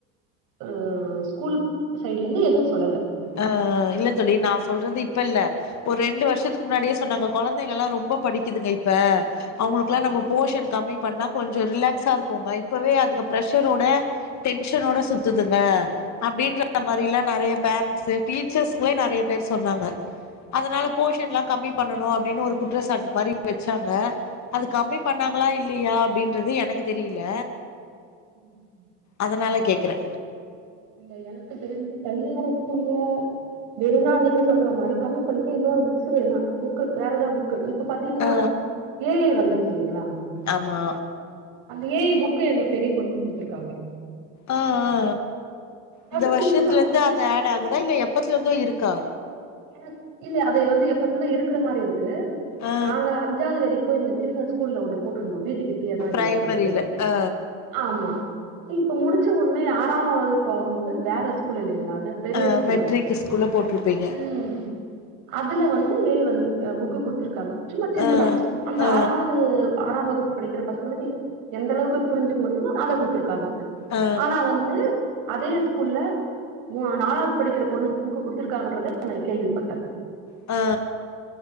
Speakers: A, on the right (about 65°); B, on the left (about 50°).
A: அ ஸ்கூல் சைட்ல இருந்து எதுவு சொல்லல
B: ஆ இல்ல தோழி நா சொல்றது இப்ப இல்ல ஒரு ரெண்டு
A: ம்,
B: வருஷத்துக்கு முன்னாடியே சொன்னாங்க கொழந்தைங்கலா ரொம்ப படிக்குதுங்க இப்ப அவங்களுக்கெல்லா
A: ஆமா
B: நம்ம போஷன் கம்மி பண்ணா கொஞ்சோ ரிலாக்ஸா இருக்குங்க இப்பவே அதுங்க பிரஷரோட டென்ஷனோட சுத்துதுங்க அப்படின்ற
A: ஆ
B: மாரில்லா நறைய பேரண்ட்ஸ் ஸு டீச்சர்ஸ்ங்களே நெறைய பேர் சொன்னாங்க அதனால போஷன்ல்லா கம்மி பண்ணனு அப்பிடின்னு ஒரு குற்றச்சாட்டு மாரி வச்சாங்க அது கம்மி
A: வச்சிருக்கலாம்.
B: பண்ணாங்களா இல்லையா அப்டின்றது எனக்கு தெரியல
A: ம் ம்
B: அதுனால கேக்குறே
A: இல்ல எனக்கு தெரிஞ்சு தனியார ஸ்கூல்ல வேணுன்னா நீங்க சொல்ற மாரி கம்மி பண்ணிட்டு இன்னொரு புக்ஸு வேணா புக்கு வேற எதாவது புக் க்கு இப்ப பாத்தீங்கன்னா
B: ஆ
A: ஏ ஐ வந்துருச்சு இல்லைங்களா
B: ஆமா
A: அந்த ஏ ஐ புக்கு எங்க பெரிய பொண்ணுக்கு குடுத்துருக்காங்க
B: ஆ ஆ
A: அதாவது
B: இந்த வருஷத்துல
A: சின்னதா
B: இருந்து அது ஆட் ஆகுதா இல்ல எப்பத்துலருந்தோ இருக்கா
A: எனக் இல்ல அது வந்து எப்பத்துலிருந்தோ இருக்குற மாரி இருக்கு
B: ஆ
A: நாங்க அ அஞ்சாவது வரிக்கு எங்க சின்ன ஸ்கூல்ல ஒண்ணு போட்ருந்தா வீட்டுக்கிட்டியேதா
B: பிரைமரில
A: இரு அது
B: ஆ
A: ஆமா இப்ப முடிச்ச ஒடனே ஆறாவது போம்போது வேற ஸ்கூலு இல்லீங்களா அது பெரிய
B: அ
A: ஸ்கூல்
B: மெட்ரிக்கு
A: அது
B: ஸ்கூல்ல போட்டிருப்பீங்க
A: ம் அதுல வந்து ஏ ஐ வந்து புக்கு குடுத்துருக்காங்க சும்மா சின்னதா
B: ஆ
A: அந்த
B: ஆ
A: ஆறாது ஆறாம் வகுப்பு படிக்கிற பசங்களுக்கு எந்த அளவுக்கு புரிஞ்சுக்க முடியுமோ அத குடுத்துருக்காங்க
B: ஆ
A: ஆனா வந்து அதே ஸ்கூல்ல ஊ நாலாவது படிக்கிற பொண்ணுக்கு புக்கு குடுத்துருக்காங்கன்றத நா கேள்விப்பட்டே
B: ஆ